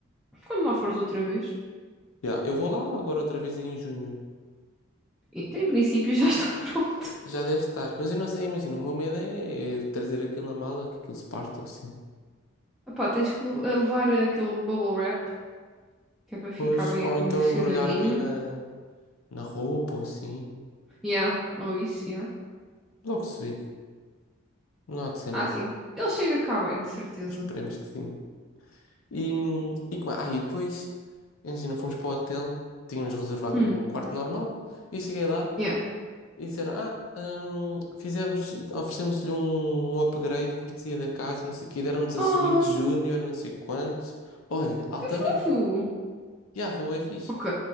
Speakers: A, in the centre; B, on the left.
A: Quando lá fores outra vez,
B: Yeah, eu vou lá agora outra vez em junho.
A: e- então, em princípio já está <laughs> pronto.
B: Já deve estar, mas eu não sei, imagino. O meu medo é é trazer aquilo na mala, que aquilo se parte ou assim.
A: Opá, tens que le- eh, levar aquele bubble wrap, que é para ficar
B: Pois,
A: bem
B: ou
A: acondicionadinho.
B: então embrulhar bem na, na roupa ou assim.
A: Yeah, ou isso, yeah.
B: Logo se vê. Não há de ser nada.
A: Ah, sim. Ele chega cá bem, de certeza.
B: Esperemos que sim. E, hum, e, como- ah, e depois, imagina, fomos para o hotel, tínhamos reservado
A: Hum.
B: um quarto normal, e cheguei lá
A: Yeah.
B: e disseram: Ah, hum, fizemos, oferecemos-lhe um, um upgrade, cortesia da casa, não sei o quê, deram-nos
A: Ah,
B: a suíte júnior, não sei quantos. Olha, altamente.
A: que fofo.
B: Já, foi o fixe.
A: Ok.